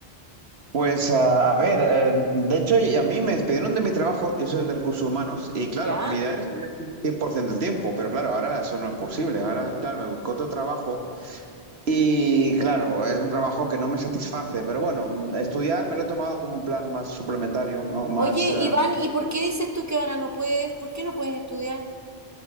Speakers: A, on the right; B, on the right.
A: Pues ah, a ver, eh, de hecho y a mí me despidieron de mi trabajo, yo soy de recursos humanos, y claro,
B: ¿Ya?
A: mi idea era estudiar un 100% del tiempo, pero claro, ahora eso no es posible. Ahora, claro, me busco otro trabajo y claro, es un trabajo que no me satisface, pero bueno, mm, estudiar me lo he tomado como un plan más suplementario, ¿no? Más
B: Oye,
A: eh,
B: Iván, ¿y por qué dices tú que ahora no puedes? ¿Por qué no puedes estudiar?